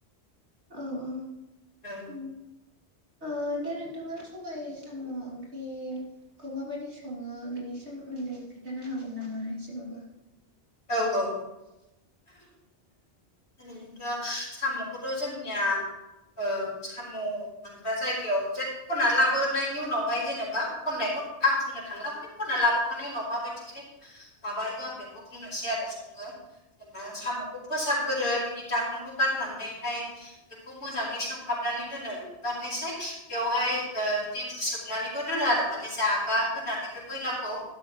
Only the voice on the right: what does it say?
औ औ।
उम <unintelligible> नोंथाङा सबाय साम ओंख्रि खौ माबायदि सङो बेनि सोमोन्दै खोन्थानो हागोन नामा एसेबाबो